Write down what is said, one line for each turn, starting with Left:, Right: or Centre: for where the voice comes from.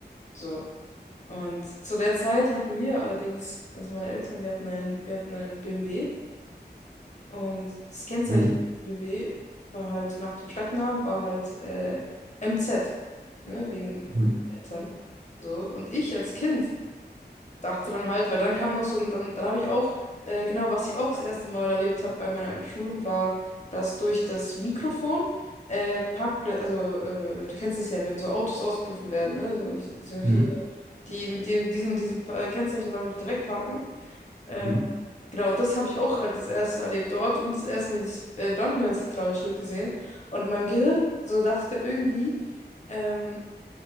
Left: So. Und zu der Zeit hatten wir allerdings, also meine Eltern, wir hatten einen, wir hatten einen BMW. Und das Kennzeichen
Right: Mhm,
Left: von BMW war halt nach dem Stadtnamen war halt äh, MZ, ne, wegen
Right: mhm,
Left: Eltern. So, und ich als Kind dachte dann halt, weil dann kam noch so ein, dann, dann habe ich auch, äh, genau, was ich auch das erste Mal erlebt habe bei meiner Einschulung, war, dass durch das Mikrofon äh, Parkplätze, also äh, du kennst es ja, wenn so Autos ausgerufen werden, ne? So, ich, so
Right: mhm,
Left: hier, die mit dem, diesen und diesem äh, Kennzeichen sollen bitte wegparken. Ähm,
Right: mhm.
Left: genau, das habe ich auch halt das erste erlebt dort und das erste Mal dieses äh, Brandmeldezentrale-Schild gesehen. Und in meinem Gehirn, so dachte ich dann irgendwie, ähm,